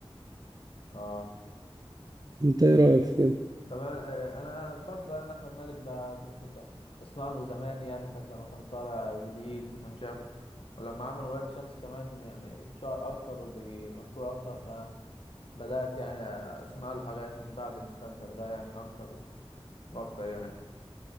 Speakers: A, on the left (about 65°); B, on the right (about 40°).
A: اه
B: أنت إيه رأيك في كده؟
A: طب انا آه، أنا برضه انا احمد مالك بقى كنت ب- بسمع له زمان يعني ساعه لما كان طالع جديد وكان شاب ولما عمل ولاد شمس كمان يعني اتشهر اكتر وبقي مشهور اكتر فانا بدات يعني اسمع له حاجات من بعد المسلسل ده يعني اكتر واكتر يعني